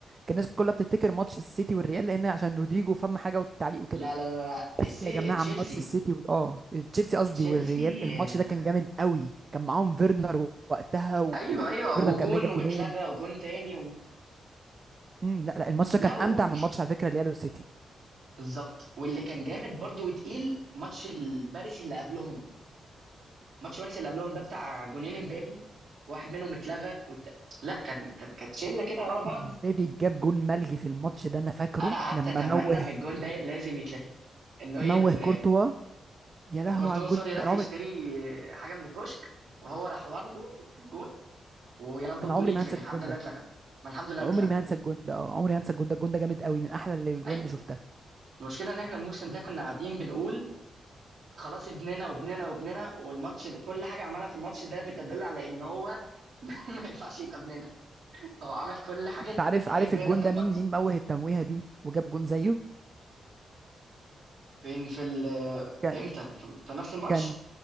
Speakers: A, on the right (about 35°); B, on the right (about 60°).
A: كان الناس كلها بتفتكر ماتش السيتي والريال لان عشان رودريجو فم حاجه والتعليق وكده
B: لا لا لا لا
A: بس
B: السي
A: يا جماعه
B: تشيلسي
A: ماتش السيتي و... اه تشيلسي قصدي
B: تشيلسي
A: والريال الماتش
B: آه،
A: ده كان جامد قوي كان معاهم فيرنر وقتها وفيرنر
B: ايوه ايوه وجون
A: كان ما جاب
B: واتلغى
A: جونين
B: وجون تاني و...
A: مم، لا لا الماتش ده
B: لا
A: كان
B: و...
A: امتع من ماتش على فكره الريال والسيتي
B: بالظبط واللي كان جامد برضو وتقيل ماتش الباريس اللي قبلهم ماتش باريس اللي قبلهم ده بتاع جونين امبابي واحد منهم اتلغى والت... لا كان كان كانت شله كده ورا بعض
A: مبابي جاب جون ملغي في الماتش ده انا فاكره
B: انا قعدت
A: لما
B: اتمنى
A: موه
B: ان الجون ده لازم يتلغي النوير
A: موه كورتوا يا لهوي
B: كورتوا
A: على الجون
B: سوري
A: ده
B: راح
A: انا
B: يشتري
A: عمري
B: حاجه من الكشك وهو راح واخده في الجون ويا رب
A: انا
B: الجون
A: عمري
B: يتلغي
A: ما هنسى الجون
B: الحمد لله
A: ده
B: اتلغى ما الحمد لله
A: عمري
B: انه اتلغى
A: ما هنسى الجون ده اه عمري ما هنسى الجون ده الجون ده جامد قوي من احلى اللي- الجوان
B: اي
A: اللي شفتها
B: المشكله ان احنا الموسم ده كنا قاعدين بنقول خلاص ابننا وابننا وابننا والماتش ده- كل حاجه عملها في الماتش ده بتدل على ان هو <laughs> ما ينفعش يبقى ابننا هو عمل كل حاجه
A: انت عارف
B: تعبنا
A: عارف الجون
B: في
A: ده
B: الماتش
A: مين مين موه التمويهه دي وجاب جون زيه
B: فين في ال
A: كان
B: امتى في في نفس الماتش
A: كان